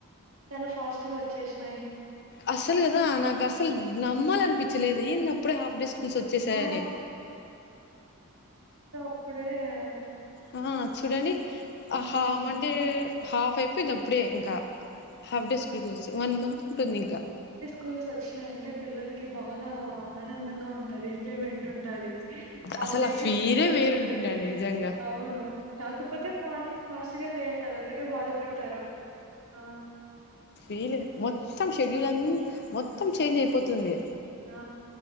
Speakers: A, on the right (about 70°); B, on the left (about 50°).
A: చలా ఫాస్ట్ గా వచ్చేసినాయి
B: అసలు కదా నాకు అసలు నమ్మాలనిపిచలేదు ఏందబ్ అప్ డె హఫ్ డే స్కూల్స్ ఒచ్చేసాయాన్ని
A: ఆ! ఇప్పుడే యమ్
B: ఆ చూడండి ఆహా
A: హ్మ్.
B: మండే హాఫ్ అయిపెంది అప్పుడే ఇంకా హాఫ్ డే స్కూల్ కొస్ సే <unintelligible> వన్ మంత్ ఉంటుంది ఇంకా
A: కూల్స్ ఒచ్ నయంటే పిల్లలకి బాగా ఆ ఆనందంగా ఉంటది ఇన్ జేమెంట్ ఉంటది హాఫ్
B: అసలు
A: డేకే
B: ఆ ఫీలే
A: స్కూల్ అయిపోతది
B: వేరుంటుండే అండి నిజంగా
A: అవును కాకపోతే తె మార్ నింగ్ ఫాస్ట్ గా లేయాలే అదొకటే బాధపడతారు ఆ
B: ఎయిలే మొత్తం షెడ్యూల్ అం మొత్తం చేంజ్ అయిపోతుంది
A: ఆ